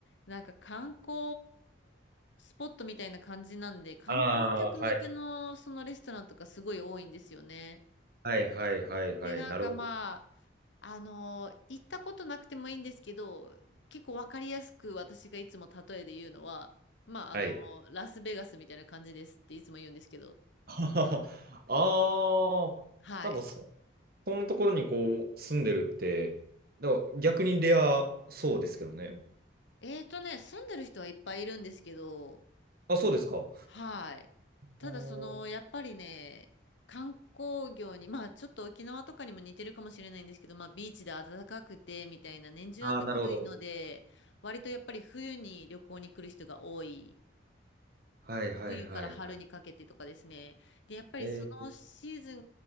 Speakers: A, on the left; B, on the right.
A: なんか観光スポットみたいな感じなんで、観光客向けのそのレストランとかすごい多いんですよね。
B: ああはいはいはいはいはい。
A: で、なんかま
B: なるほど。
A: あ、あのー行ったことなくてもいいんですけど、結構わかりやすく私がいつも例えで言うのは、まあ、
B: はい。
A: あのーラスベガスみたいな感じですっていつも言うんですけど、
B: <laughs> ああ、
A: はい。
B: なんかそ、そんなところにこう、住んでるって、だから逆にレアそうですけどね。
A: えーとね、住んでる人はいっぱいいるんですけど、
B: あ、そうですか。あ
A: はい。ただその、
B: ー
A: やっぱりね、観光業に、まあちょっと沖縄とかにも似てるかもしれないんですけど、まあビーチで暖かくてみたいな、年中暖かいので、
B: あー、なるほど。
A: 割とやっぱり冬に旅行に来る人が多い。
B: はいはいはいはい。
A: 冬から春にかけてとかですね。で、やっぱりそのシーズ
B: えー